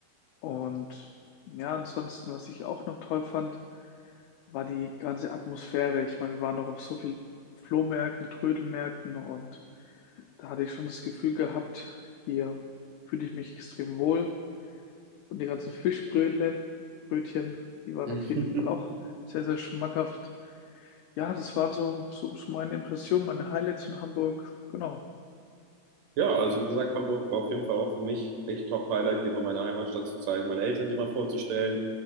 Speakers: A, on the left; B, on the right.
A: Und ja, ansonsten, was ich auch noch toll fand, war die ganze Atmosphäre. Ich meine, wir waren noch auf so vielen Flohmärkten, Trödelmärkten und da hatte ich schon das Gefühl gehabt, hier fühle ich mich extrem wohl. Und die ganzen Fischbrötle, Brötchen, die waren
B: <laughs>
A: auf jeden Fall auch sehr, sehr schmackhaft. Ja, das waren so, so, so meine Impressionen, meine Highlights von Hamburg. Genau.
B: Ja, also wie gesagt, Hamburg war auf jeden Fall auch für mich echt Top-Highlight, dir mal meine Heimatstadt zu zeigen, meine Eltern dir mal vorzustellen.